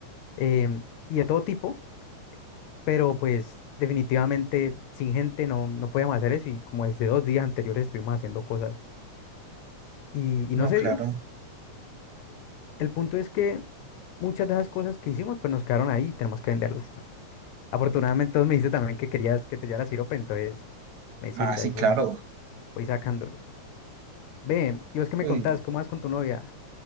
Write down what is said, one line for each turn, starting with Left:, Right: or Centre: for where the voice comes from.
Left: em, y de todo tipo, pero pues definitivamente sin gente no, no podíamos hacer eso y como desde dos días anteriores estuvimos haciendo cosas y, y no
Right: No,
Left: se
Right: claro.
Left: dio. El punto es que muchas de esas cosas que hicimos pues nos quedaron ahí y tenemos que venderlas. Afortunadamente vos me dijiste también que querías que te llevara sirope, entonces me
Right: Ah,
Left: sirve,
Right: sí,
Left: ahí voy,
Right: claro.
Left: voy sacándolos. Ve, ¿y vos qué me
Right: Uy,
Left: contás? ¿Cómo vas con tu novia?